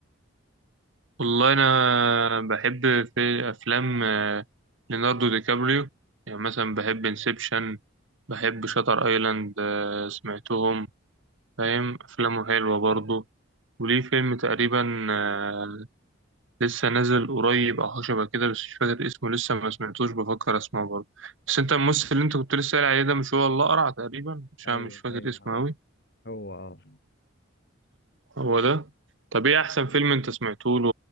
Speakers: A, on the right; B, on the left.
A: والله انا بحب في افلام آه، ليوناردو دي كابريو يعني مثلا بحب انسبشن بحب شاتر ايلاند آه، سمعتهم فاهم افلامه حلوة برضه وليه فيلم تقريبا آه، لسه نازل قريب او حاجه شبه كده بس مش فاكر اسمه لسه ما سمعتوش بفكر اسمعه برضه بس انت الممثل اللي انت كنت لسه قايل عليه ده مش هو الاقرع تقريبا عشان
B: ايوه
A: مش فاكر
B: ايوه
A: اسمه
B: هو
A: قوي
B: هو اه
A: هو ده طب ايه احسن فيلم انت سمعته له